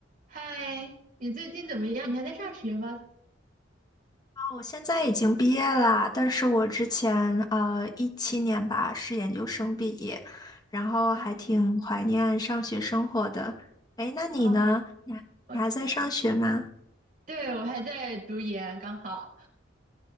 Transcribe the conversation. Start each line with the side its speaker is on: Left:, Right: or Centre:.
Right: 嗨，你最近怎么样？你还在上学吗？
Left: 我现在已经毕业啦，但是我之前呃一七年吧是研究生毕业，然后还挺怀念上学生活的。
Right: 哦，
Left: 哎，那你呢？
Right: 啊，
Left: 你还你还在上学吗？
Right: 我，对，我还在读研，刚好，